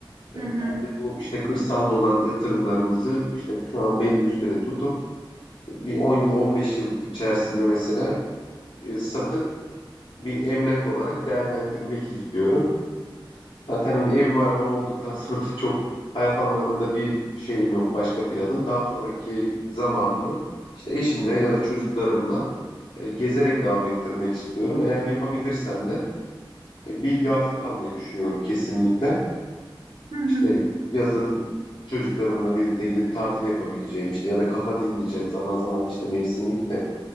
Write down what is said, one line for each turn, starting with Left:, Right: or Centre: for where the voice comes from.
Left: E,
Right: hı hı,
Left: ben de bu işte kırsalda olan yatırımlarımızı işte şu an belli bir süre tutup bir 10 yıl, 15 yıl içerisinde mesela e, satıp bir emlak olarak değerlendirmek istiyorum. Zaten hani evim arabam olduktan <laughs> sonra da çok hayat anlamında bir şeyim yok, başka planım. Daha sonraki zamanımı işte eşimle ya da çocuklarımla e, gezerek devam ettirmek istiyorum. Eğer yapabilirsem de e, bir yazlık almayı düşünüyorum kesinlikle.
Right: hı hı,
Left: İşte yazın çocuklarımla birlikte gidip tatil yapabileceğim işte ya da kafa dinleyeceğim zaman zaman işte mevsimlik de